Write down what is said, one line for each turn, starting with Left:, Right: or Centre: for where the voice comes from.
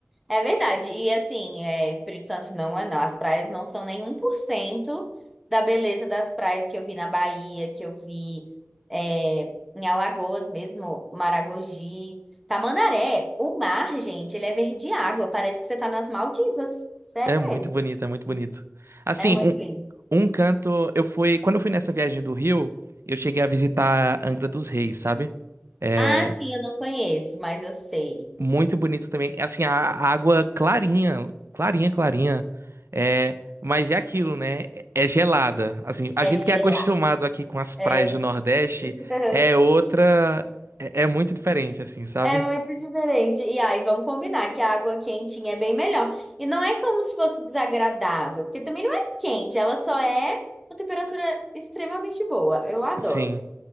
Centre: é verdade. E assim, é, Espírito Santo não é não. As praias não são nem um por cento da beleza das praias que eu vi na Bahia, que eu vi é, em Alagoas mesmo, Maragogi. Tamandaré, o mar, gente, ele é verde água, parece que você tá nas Maldivas. Sério
Right: É muito
Centre: mesmo.
Right: bonito, é muito bonito. Assim,
Centre: É muito lindo.
Right: um, um canto, eu fui, quando eu fui nessa viagem do Rio, eu cheguei a visitar Angra dos Reis, sabe? É,
Centre: Ah, sim, eu não conheço, mas eu sei.
Right: Muito bonito também. É Assim, a a água clarinha, clarinha, clarinha. É, mas é aquilo, né? É gelada. Assim, a
Centre: É
Right: gente
Centre: gelado.
Right: que é acostumado aqui com as praias
Centre: É.
Right: do Nordeste
Centre: <laughs>
Right: é outra, é, é muito diferente, assim, sabe?
Centre: É muito diferente. E aí, vamos combinar que a água quentinha é bem melhor. E não é como se fosse desagradável, porque também não é quente, ela só é uma temperatura extremamente boa. Eu adoro.
Right: Sim.